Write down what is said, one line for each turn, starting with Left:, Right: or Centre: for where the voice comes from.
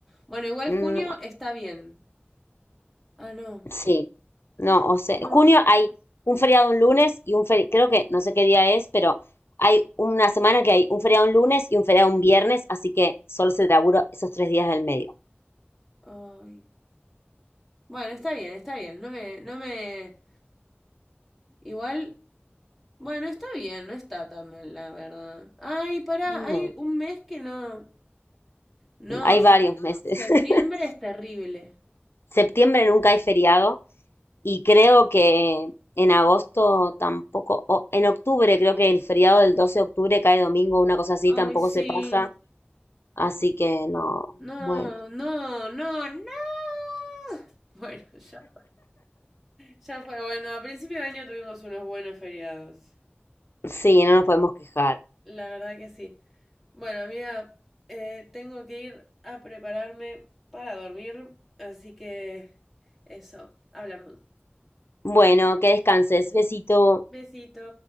Centre: Bueno, igual
Left: Mm,
Centre: junio está bien. Ah, no.
Left: sí, no, o sea,
Centre: No.
Left: junio hay un feriado un lunes y un feriado, creo que no sé qué día es, pero hay una semana que hay un feriado un lunes y un feriado un viernes, así que solo se labura esos tres días del medio.
Centre: Ay. Bueno, está bien, está bien. No me, no me. Igual Bueno, está bien, no está tan mal, la verdad. Ay, pará,
Left: No,
Centre: hay un mes que no. No,
Left: hay
Centre: se-
Left: varios meses.
Centre: septiembre
Left: <laughs>
Centre: es terrible.
Left: Septiembre nunca hay feriado. Y creo que en agosto tampoco, o en octubre, creo que el feriado del 12 de octubre cae domingo, una cosa así, tampoco
Centre: Ay, sí.
Left: se pasa. Así que no,
Centre: No,
Left: bueno,
Centre: no, no, no. <laughs> Bueno, ya. Ya fue. Bueno, a principio de año tuvimos unos buenos feriados.
Left: sí, no nos podemos quejar.
Centre: La verdad que sí. Bueno, amiga, eh, tengo que ir a prepararme para dormir. Así que eso, hablamos.
Left: Bueno, que descanses. Besito.
Centre: Besito.